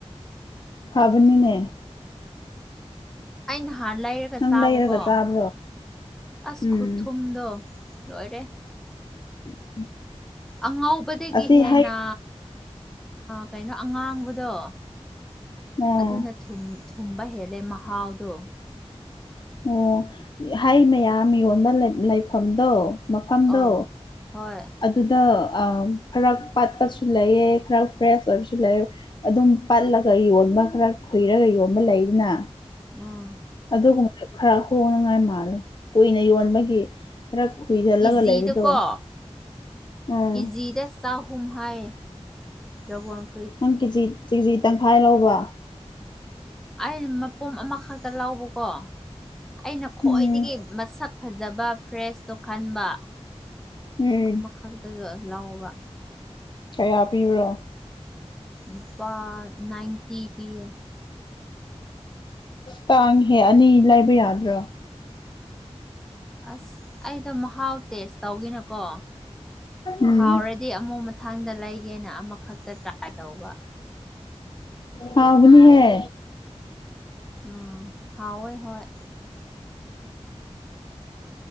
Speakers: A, on the left (about 45°); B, in the centre.
A: ꯐꯕꯅꯤꯅꯦ
B: ꯑꯩ ꯅꯍꯥꯟ ꯂꯩꯔꯒ
A: ꯅꯪ
B: ꯆꯥꯕꯀꯣ
A: ꯂꯩꯔꯒ ꯆꯥꯕ꯭ꯔꯣ
B: ꯑꯁ
A: ꯎꯝ
B: ꯈꯨꯊꯨꯝꯗꯣ ꯂꯣꯏꯔꯦ
A: <unintelligible>
B: ꯑꯉꯧꯕꯗꯒꯤ
A: ꯑꯁꯤ
B: ꯍꯦꯟꯅ
A: ꯍꯩ
B: ꯀꯩꯅꯣ ꯑꯉꯥꯡꯕꯗꯣ
A: ꯑꯣ
B: ꯑꯗꯨꯅ ꯊꯨꯝ ꯊꯨꯝꯕ ꯍꯦꯜꯂꯦ ꯃꯍꯥꯎꯗꯣ
A: ꯑꯣ ꯍꯩ ꯃꯌꯥꯝ ꯌꯣꯟꯕ ꯂꯩꯠ ꯂꯩꯐꯝꯗꯣ ꯃꯐꯝꯗꯣ
B: ꯑꯧ ꯍꯣꯏ
A: ꯑꯗꯨꯗ ꯑ ꯈꯔ ꯄꯠꯄꯁꯨ ꯂꯩꯌꯦ ꯈꯔ ꯐ꯭ꯔꯦꯁ ꯑꯣꯏꯕꯁꯨ ꯂꯩ ꯑꯗꯨꯝ ꯄꯠꯂꯒ ꯌꯣꯟ ꯑꯃ ꯈꯔ ꯈꯨꯨꯏꯔꯒ ꯌꯣꯟꯕ ꯂꯩꯗꯅ
B: ꯎꯝ
A: ꯑꯗꯨꯒꯨꯝꯕꯗ ꯈꯔ ꯍꯣꯡꯅꯉꯥꯏ ꯃꯥꯜꯂꯦ ꯀꯨꯏꯅ ꯌꯣꯟꯕꯒꯤ ꯈꯔ ꯈꯨꯏꯖꯜꯂꯒ
B: ꯀꯦꯖꯤꯗꯀꯣ
A: ꯂꯩꯕꯗꯣ ꯎꯝ
B: ꯀꯦꯖꯤꯗ <unintelligible>
A: ꯅꯪ ꯀꯦꯖꯤ ꯆꯤꯛꯖꯤ ꯇꯪꯈꯥꯏ ꯂꯧꯕ꯭ꯔꯥ
B: ꯑꯩꯅ ꯃꯄꯨꯝ ꯑꯃꯈꯛꯇ ꯂꯧꯕꯀꯣ ꯑꯩꯅ ꯈꯣꯏꯗꯒꯤ
A: ꯎꯝ
B: ꯃꯁꯛ ꯐꯖꯕ ꯐ꯭ꯔꯦꯁꯇꯣ ꯈꯟꯕ
A: ꯎꯝ
B: ꯑꯃꯈꯛꯇꯁꯨ ꯂꯧꯕ
A: ꯀꯌꯥ ꯄꯤꯕ꯭ꯔꯥ
B: ꯂꯨꯄꯥ ꯅꯥꯏꯟꯇꯤ ꯄꯤ ꯌꯦ
A: ꯇꯥꯡꯉꯦꯍꯦ ꯑꯅꯤ ꯂꯩꯕ ꯌꯥꯗ꯭ꯔꯣ
B: ꯑꯁ ꯑꯩꯗꯣ ꯃꯍꯥꯎ ꯇꯦꯁ ꯇꯧꯒꯦꯅꯀꯣ
A: ꯎꯝ
B: ꯍꯥꯎꯔꯗꯤ ꯑꯃꯨꯛ ꯃꯠ ꯃꯊꯪꯗ ꯂꯩꯒꯦꯅ ꯑꯃꯈꯛꯇ ꯇ꯭ꯔꯥꯏ ꯇꯧꯕ
A: ꯍꯥꯎꯕꯅꯤꯍꯦ
B: ꯎꯝ ꯍꯥꯎꯋꯦ ꯍꯣꯏ